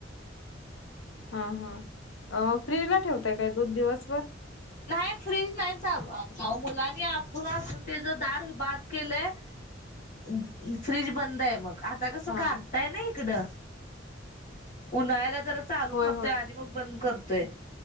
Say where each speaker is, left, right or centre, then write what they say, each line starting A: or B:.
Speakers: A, on the left; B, on the left.
A: हा, हा. फ्रीजमधे ठेवताय काय दूध? दिवसभर.
B: नाही. फ्रीज नाही चालू आमच. अहो मुलांनी आपून आपून त्याच दार बाद केलंय. <unintelligible> फ्रीज बंदय मग. आता कसं
A: हां.
B: गारठाय ना इकडं. उन्हाळ्याला जरा चालू
A: होय,
B: करतोय, आणि मग बंद करतोय.